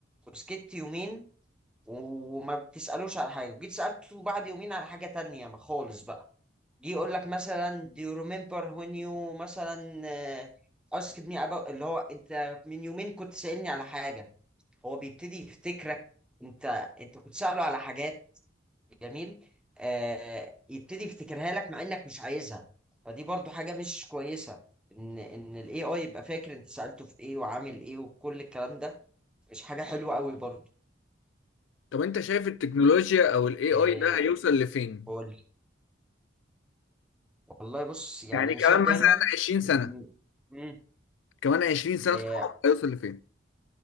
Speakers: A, in the centre; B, on the left.
A: وسكت يومين وما بتسألوش على حاجة وجيت سألته بعد يومين على حاجة تانية ما خالص بقى جه يقول لك مثلا do you remember when you مثلا آه، asked me about اللي هو انت من يومين كنت سألني على حاجة هو بيبتدي يفتكرك انت انت كنت سأله على حاجات جميل آه يبتدي يفتكرها لك مع انك مش عايزها فدي برضو حاجة مش كويسة ان ان الاي اي يبقى فاكر انت سألته في ايه وعامل ايه وكل الكلام ده مش حاجة حلوة قوي برضو
B: طب انت شايف التكنولوجيا او الاي
A: آه
B: اي ده هيوصل لفين
A: وال- والله بص يعني
B: يعني
A: انا
B: كمان
A: شايف دايما
B: مثلا 20 سنة
A: إن- مم،
B: كمان 20 سنة
A: آه
B: تتحقق هيوصل لفين